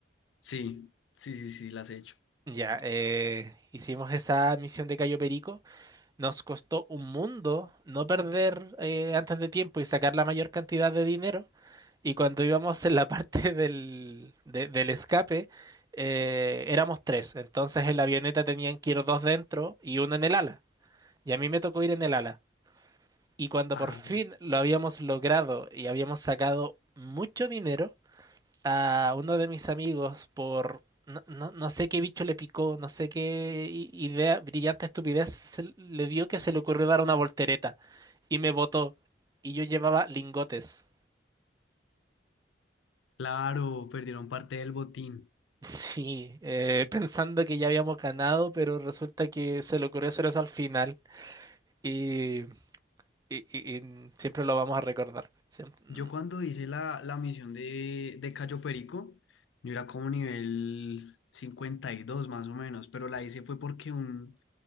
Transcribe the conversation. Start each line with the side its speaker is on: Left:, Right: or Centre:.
Left: Sí, sí, sí, sí, las he hecho.
Right: Ya, eh, hicimos esa misión de Cayo Perico, nos costó un mundo no perder eh, antes de tiempo y sacar la mayor cantidad de dinero. Y cuando íbamos en la parte <laughs> del, de- del escape, eh, éramos tres. Entonces en la avioneta tenían que ir dos dentro y uno en el ala. Y a mí me tocó ir en el ala. Y cuando
Left: Ajá.
Right: por fin lo habíamos logrado y habíamos sacado mucho dinero, a uno de mis amigos por... No, no- no sé qué bicho le picó, no sé qué i- idea, brillante estupidez se le dio que se le ocurrió dar una voltereta y me botó. Y yo llevaba lingotes.
Left: Claro, perdieron parte del botín.
Right: Sí, eh, pensando que ya habíamos ganado, pero resulta que se le ocurrió hacer eso al final y, y- y- y siempre lo vamos a recordar. Siem- mm,
Left: Yo cuando hice la, la misión de, de Cayo Perico, yo era como nivel 52 más o menos, pero la hice fue porque un,